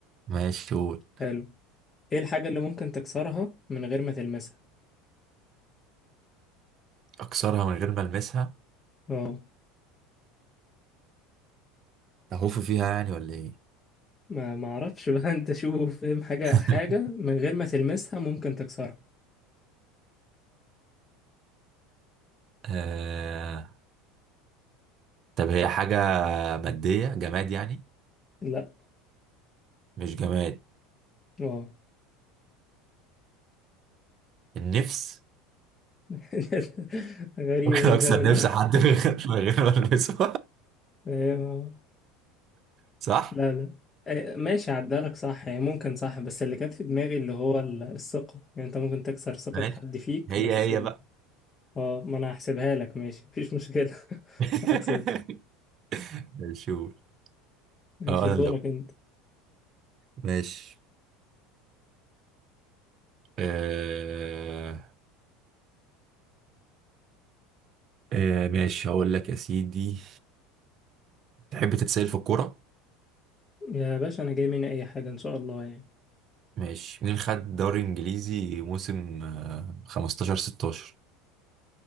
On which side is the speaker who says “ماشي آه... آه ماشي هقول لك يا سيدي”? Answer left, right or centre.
Right